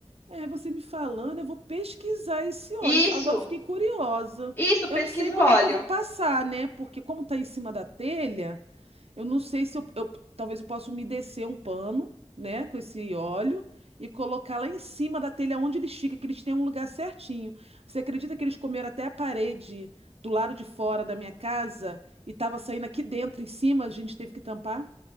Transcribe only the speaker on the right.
É, você me falando, eu vou pesquisar esse óleo.
Agora eu fiquei curiosa.
Eu
não sei como
é que eu vou passar, né? Porque como tá em cima da telha, Eu não sei se eu, eu- talvez eu possa umedecer um pano, né, com esse óleo e colocar lá em cima da telha onde eles ficam, que eles têm um lugar certinho. Você acredita que eles comeram até a parede do lado de fora da minha casa e estava saindo aqui dentro, em cima, a gente teve que tampar?